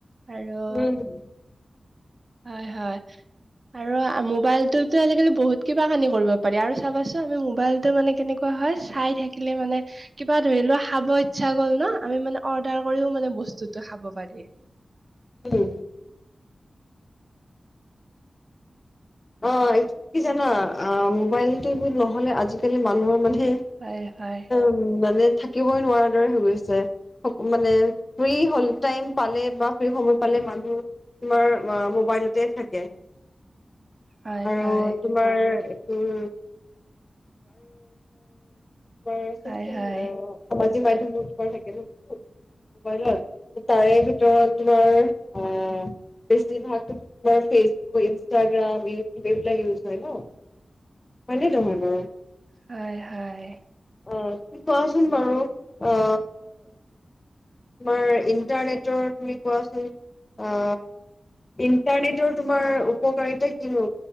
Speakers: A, on the right; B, on the left.
A: আৰু
B: উম
A: হয় হয়, আৰু মোবাইলটোতো আজিকালি বহুত কিবা কানি কৰিব পাৰি, আৰু চাবাচো আমি মোবাইলটো মানে কেনেকুৱা হয়, চাই থাকিলে মানে কিবা ধৰি লোৱা খাব ইচ্ছা গ'ল ন, আমি মানে অৰ্ডাৰ কৰিও মানে বস্তুটো খাব পাৰি।
B: উম <unintelligible> অ একচুৱেলী কি জানা? আ মোবাইলটো নহলে আজিকালি মানুহৰ মানে
A: হয় হয়।
B: উম মানে থাকিবই নোৱাৰা দৰে হৈ গৈছে। মানে ফ্ৰী হল টাইম পালে বা ফ্ৰী সময় পালে মানুহ তোমাৰ আ মোবাইলতে থাকে।
A: হয়
B: আৰু
A: হয়।
B: তোমাৰ এইটো <inaudible> <unintelligible> তোমাৰ চচিয়েল
A: হয় হয়
B: সামাজিক মাধ্যমটো তোমাৰ থাকে ন ন <inaudible> মোবাইলত, তাৰে ভিতৰত তোমাৰ আহ বেছিভাগ টো তোমাৰ ফেচবুক, ইনষ্টাগ্ৰাম, ইউটিউব এইবিলাক ইউজ হয় ন। হয়নে নহয় বাৰু?
A: হয় হয়।
B: অ তুমি কোৱাচোন বাৰু অ তোমাৰ ইণ্টাৰনেটৰ তুমি কোৱাচোন আ ইণ্টাৰনেটৰ তোমাৰ উপকাৰিতা কিনো?